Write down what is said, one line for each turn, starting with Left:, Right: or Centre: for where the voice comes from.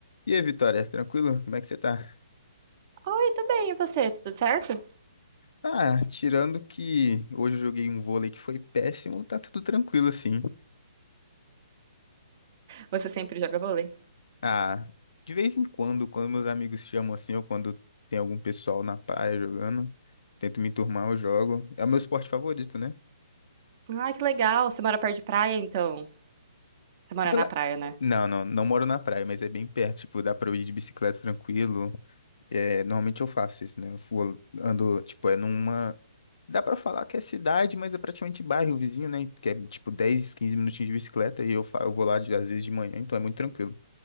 Left: E aí, Vitória, tranquilo? Como é que você tá?
Right: Oi, tudo bem, e você? Tudo certo?
Left: Ah, tirando que hoje eu joguei um vôlei que foi péssimo, tá tudo tranquilo assim.
Right: Você sempre joga vôlei?
Left: Ah, de vez em quando, quando meus amigos chamam assim, ou quando tem algum pessoal na praia jogando, tento me enturmar, eu jogo. É o meu esporte favorito, né?
Right: Ah, que legal. Você mora perto de praia, então? Você mora
Left: Rela-
Right: na praia, né?
Left: Não, não, não moro na praia, mas é bem perto, tipo, dá pra eu ir de bicicleta tranquilo. É, normalmente eu faço isso, né? Eu vou- ando, tipo, é numa. Dá pra falar que é cidade, mas é praticamente bairro vizinho, né? Que é tipo 10 15 minutinhos de bicicleta e eu, fa- eu vou lá de- às vezes de manhã, então é muito tranquilo.